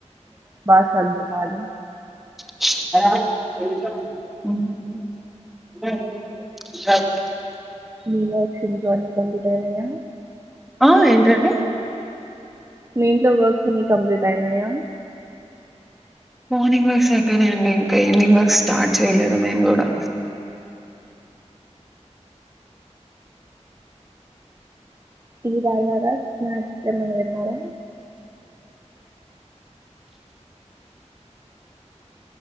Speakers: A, on the right; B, in the centre.
A: బాసల్లు తోమాలి
B: ఉమ్ ఉ
A: మీ వర్క్స్ ఇంట్లో అన్ని కంప్లీట్ అయినాయ
B: ఆ ఏంటండి
A: మీ ఇంట్లో వర్క్స్ అన్ని కంప్లీట్ అయినాయా
B: మార్నింగ్ వర్క్స్ అయిపోయినాయండి ఇంకా ఈవినింగ్ వర్క్ స్టార్ట్ చేయలేదు మేము కూడా
A: టీ తాగారా స్నాక్స్ ఎమన్న తిన్నార